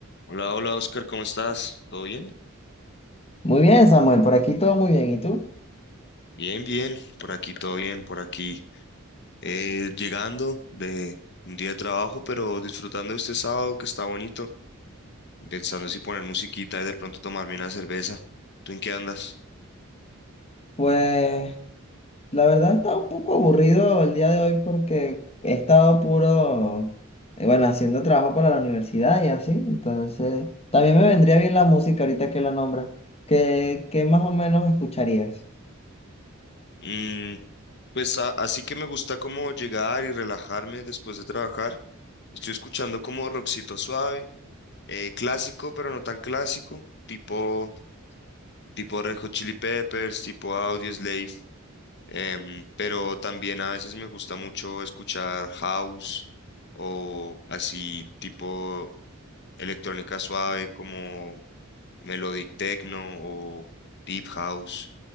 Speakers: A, on the left; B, on the left.
A: Hola, hola Oscar, ¿cómo estás? ¿Todo bien?
B: Muy bien, Samuel, por aquí todo muy bien. ¿Y tú?
A: Bien, bien, por aquí todo bien, por aquí. Eh, llegando de un día de trabajo, pero disfrutando este sábado que está bonito, pensando si poner musiquita y de pronto tomarme una cerveza. ¿Tú en qué andas?
B: Pues la verdad está un poco aburrido el día de hoy porque he estado puro, eh, bueno, haciendo trabajo para la universidad y así. Entonces, también me vendría bien la música ahorita que la nombra. ¿Qué, qué más o menos escucharías?
A: Mm, pues a- así que me gusta como llegar y relajarme después de trabajar. Estoy escuchando como rockcito suave, eh, clásico, pero no tan clásico, tipo, tipo Red Hot Chili Peppers, tipo Audioslave. Em, pero también a veces me gusta mucho escuchar house o así tipo electrónica suave como melodic techno o deep house,